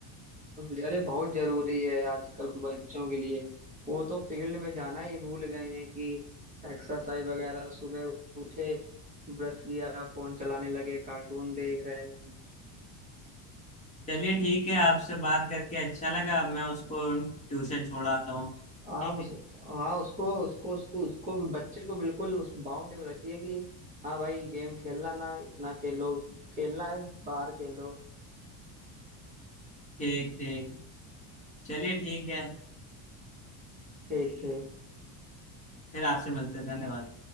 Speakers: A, on the right (about 20°); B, on the left (about 20°).
A: अरे बहुत जरूरी है आजकल के बच्चों के लिए वो तो फील्ड में जाना ही भूल गए हैं कि एक्सरसाइज वगैरह सुबह उठे ब्रश किया फोन चलाने लगे कार्टून देख रहे हैं
B: चलिए ठीक है आपसे बात करके अच्छा लगा अब मैं उसको ट्यूशन छोड़ाता हूँ
A: आप
B: ठीक
A: उस
B: है
A: हाँ उसको उसको उसको उसको भी बच्चे को बिल्कुल उस बाउंड में रखिए कि हाँ भाई गेम खेलना ना इतना खेलो खेलना है बाहर खेलो
B: ठीक ठीक चलिए ठीक है
A: ठीक ठीक
B: फिर आपसे मिलते हैं धन्यवाद